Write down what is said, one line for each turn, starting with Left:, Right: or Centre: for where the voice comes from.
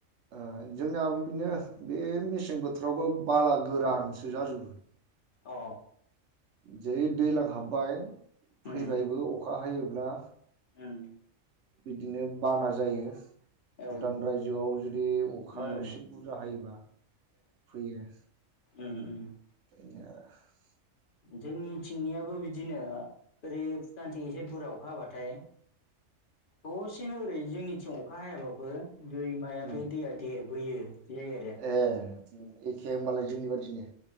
Right: ओ जोंनियाबो बिनो बे मेसें बोथोरावबो बाला गोरानसो जाजोबो।
Left: अ उम
Right: जै दैज्लां हाबबाय
Left: उम
Right: फैबायबो अखा हायोब्ला
Left: उम
Right: बिदिनो बाना जायो।
Left: औ
Right: भुटान रायजोआव जुदि अखा
Left: उम
Right: एसे बुरजा हायोबा फैयो
Left: उम उम
Right: <inaudible>
Left: जोंनिथिंनिया बो बिदिनो ओरै भुटानथि एसे बुरजा अखा हाबाथाय दसेनो ओरै जोंनिथिं अखा हायाबाबो दैमाया
Right: उम
Left: बे दैया देरबोयो बिदि जायो आरो
Right: ए एखे होमबालाय जोंनि बादिनो।